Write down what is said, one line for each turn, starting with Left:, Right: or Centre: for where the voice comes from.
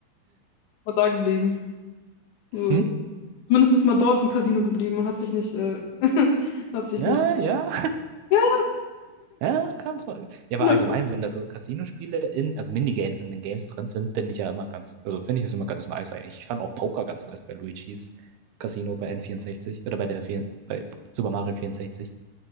Left: man da geblieben. So.
Right: Hm?
Left: Zumindest ist man dort im Casino geblieben und hat sich nicht, äh, <laughs> hat sich
Right: Ja,
Left: nicht.
Right: ja,
Left: Ja,
Right: <laughs> ja, kann's mal. Ja,
Left: genau.
Right: aber allgemein, wenn da so Casino-Spiele in, also Minigames in den Games drin sind, bin ich ja immer ganz, also finde ich das immer ganz nice eigentlich. Ich fand auch Poker ganz nice bei Luigi's Casino bei N64 oder bei der, vier- bei Super Mario 64.